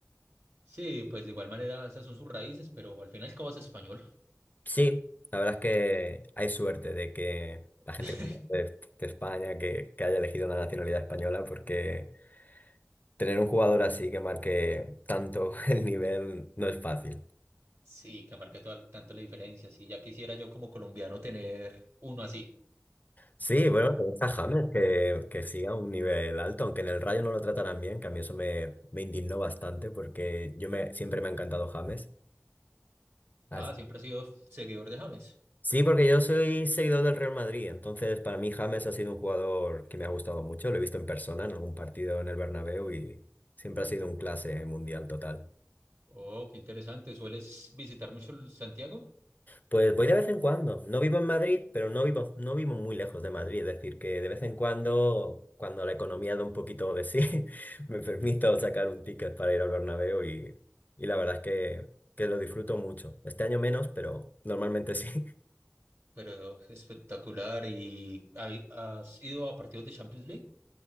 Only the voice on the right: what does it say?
Sí, pues de igual manera esas son sus raíces, pero al final cabo es español.
<laughs>
Sí, que marque toda- tanto la diferencia. Sí, ya quisiera yo como colombiano tener uno así.
Ah, siempre he sido seguidor de James.
Oh, qué interesante. ¿Sueles visitar mucho el Santiago?
Pero espectacular. ¿Y hay- has ido a partidos de Champions League?